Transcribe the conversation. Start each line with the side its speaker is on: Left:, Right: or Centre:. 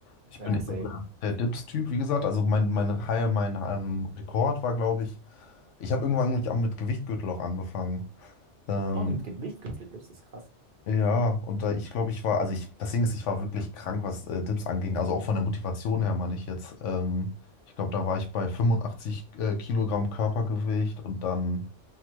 Left: Ich
Right: Ja,
Left: bin eher
Right: safe.
Left: so der, der Dips-Typ, wie gesagt. Also mein, mein High, mein ähm, Rekord war, glaube ich, ich habe irgendwann mit, mit Gewichtgürtel auch angefangen. Ähm,
Right: Auch mit Gewicht gibt's das ist krass.
Left: ja, und da ich glaube, ich war, also ich, das Ding ist, ich war wirklich krank, was äh, Dips anging. Also auch von der Motivation her, meine ich jetzt. Ähm, ich glaube, da war ich bei 85 äh, Kilogramm Körpergewicht und dann